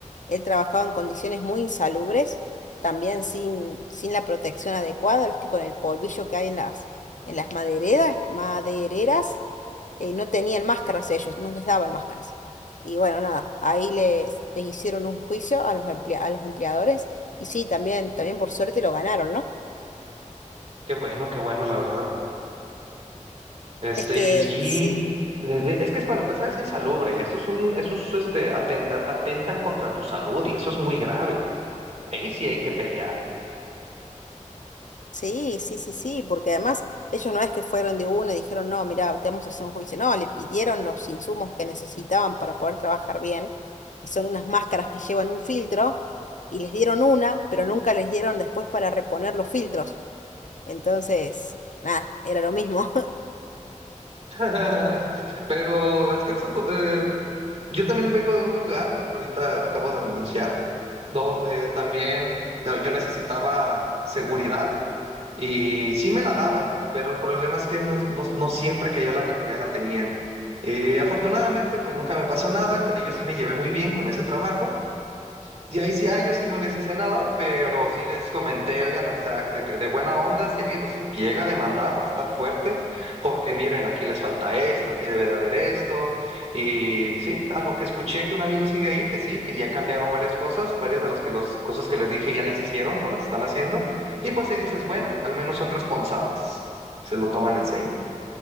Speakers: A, on the left; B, on the right.
A: Él trabajaba en condiciones muy insalubres, también sin, sin la protección adecuada, ¿viste? Con el polvillo que hay en las, en las madereras, madereras, eh, no tenían máscaras ellos, no les daban máscaras. Y bueno, nada, ahí les, les hicieron un juicio a los emplea- a los empleadores y sí, también, también por suerte lo ganaron, ¿no?
B: Qué bueno, qué bueno, la verdad. Este,
A: Es que
B: y sí,
A: sí.
B: eh, es que es para empezar es insalubre, eso es un, eso es, este, aten- a- atentan contra tu salud y eso es muy grave. Ahí sí hay que pelear.
A: Sí, sí, sí, sí, porque además ellos no es que fueron de uno y dijeron, no, mira, te vamos a hacer un juicio. No, le pidieron los insumos que necesitaban para poder trabajar bien, que son unas máscaras que llevan un filtro, y les dieron una, pero nunca les dieron después para reponer los filtros. Entonces, nada, era lo mismo. <laughs>
B: <laughs> Pero es que eso, eh, Yo también vengo de un lugar, ahorita acabo de renunciar, donde también eh, yo necesitaba seguridad y sí me la daban, pero el problema es que no, no, no siempre que yo la requería la tenían. Eh, afortunadamente, pues nunca me pasó nada, con ellos sí me llevé muy bien con ese trabajo, y ahí sí a ellos sí no les hice nada, pero sí les comenté, oigan, o sea, de que de buena onda, si alguien los llega a demandar, va a estar fuerte, porque miren, aquí les falta esto, aquí debe de haber esto. Y sí, a lo que escuché que un amigo sigue ahí, que sí, que ya cambiaron varias cosas, varias de las que los, cosas que les dije ya les hicieron o las están haciendo. Y pues ahí dices, bueno, al menos son responsables, se lo toman en serio.